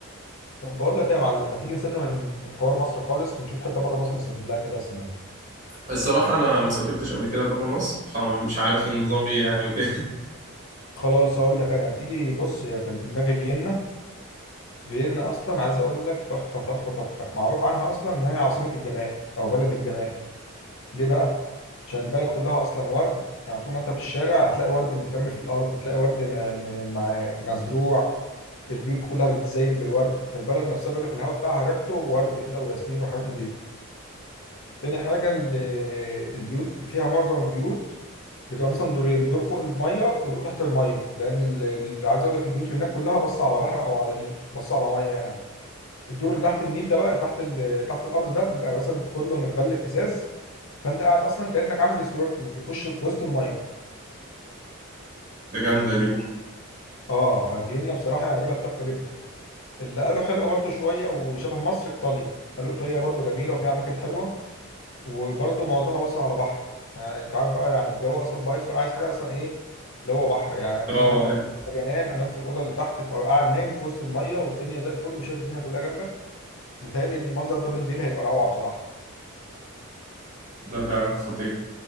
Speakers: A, on the left; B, on the right.
A: طب بقول لك ايه يا معلم ما تيجي نسيبنا من من حوار مصر خالص ونشوف حته بره مصر نسافر لها كده السنه دي
B: الصراحة أنا ما سافرتش قبل كده بره مصر فمش عارف النظام إيه يعني وكده
A: خلاص هقول لك انا تيجي بص هي كان في دماغي فيينا فيينا اصلا عايز اقول لك تحفه تحفه تحفه معروف عنها اصلا ان هي عاصمه الجمال او بلد الجمال ليه بقى؟ عشان البلد كلها اصلا ورد يعني طول ما انت في الشارع هتلاقي ورد مترمي في الارض تلاقي ورد م- م- مع- مزروع البيوت كلها بتزين بالورد فالبلد نفسها بيقول لك الهواء بتاعها ريحته ورد كده وياسمين وحاجات نظيفه تاني حاجه ال- البيوت فيها معظم البيوت بتبقى مثلا دورين دور فوق الميه ودور تحت الميه لان ال- ال- عايز اقول لك البيوت هناك كلها بص على بحر او على نيل بص على ميه يعني الدور اللي تحت النيل ده بقى تحت ال... تحت الارض ده بيبقى مثلا كله متغلف ازاز فانت قاعد اصلا كانك عامل سنوركلينج في وش في وسط الميه
B: <laughs> ده جامدة دي بوم
A: اه ففيينا بصراحه يعني بلد تحفه جدا اللي قالوا حلوه برضو شويه وشبه مصر ايطاليا قالوا ايطاليا برضو جميله وفيها اماكن حلوه وبرضو معظمها بس على بحر يعني انت عارف بقى يعني الجو اصلا بايظ فانا عايز حاجه اصلا ايه اللي هو بحر يعني مثلا
B: روعة
A: حتى لما
B: يعني.
A: اجي انام انام في الاوضه اللي تحت تبقى قاعد نايم في وسط الميه والدنيا زي الفل وشايف الدنيا كلها جنبك متهيألي المنظر ده بالليل هيبقى روعه بصراحه
B: ده فعلا خطير